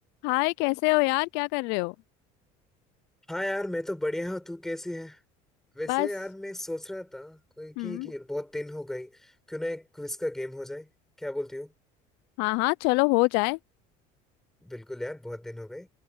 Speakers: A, on the left (about 75°); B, in the centre.
A: हाय कैसे हो यार क्या कर रहे हो
B: हाँ यार मैं तो बढ़िया हूँ तू कैसी है वैसे
A: बस
B: यार मैं सोच रहा था कोई कि,
A: हम्म
B: कि बहुत दिन हो गई क्यों ना एक क्विज का गेम हो जाए क्या बोलती हो
A: हाँ हाँ चलो हो जाए
B: बिल्कुल यार बहुत दिन हो गए